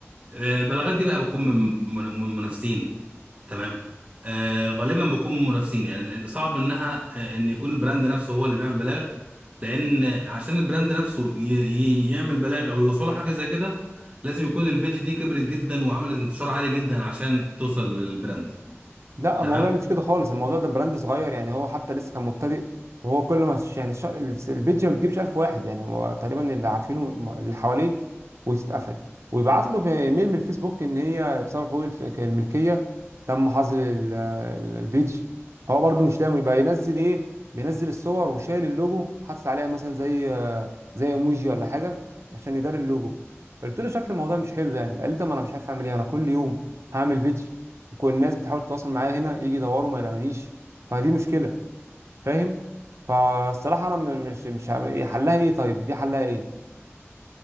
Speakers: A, on the right; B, on the right.
A: آه، البلاغات دي بقى بتكون من من- من منافسين تمام آه، غالبا بتكون من منافسين يعني لأن صعب انها آه، ان يكون البراند نفسه هو اللي بيعمل بلاغ لان آه، عشان البراند نفسه ي- ي- يعمل بلاغ او يوصله حاجه زي كده لازم يكون البيج دي كبرت جدا وعملت انتشار عالي جدا عشان توصل للبراند
B: لا
A: تمام
B: الموضوع مش كده خالص الموضوع ده براند صغير يعني هو حتى لسه كان مبتدئ وهو كل ما ش- يعني ش- البيج ما بتجيبش 1000 واحد يعني هو تقريبا اللي عارفينه الم- اللي حواليه وتتقفل ويبعت له في ايميل من الفيسبوك ان هي بسبب حقوق الف- الملكيه تم حظر ال- ال- البيج هو برده مش لاقي بقى ينزل ايه بينزل الصور وشايل اللوجو حاطط عليها مثلا زي زي ايموجي ولا حاجه عشان يداري اللوجو قلت له شكل الموضوع مش حلو يعني قال لي ده ما انا مش عارف اعمل ايه انا كل يوم هعمل بيج وكل الناس بتحاول تتواصل معايا هنا يجي يدوروا ما يلاقونيش فدي مشكله فاهم فالصراحه انا م- مش مش عم- إيه حلها ايه طيب دي حلها ايه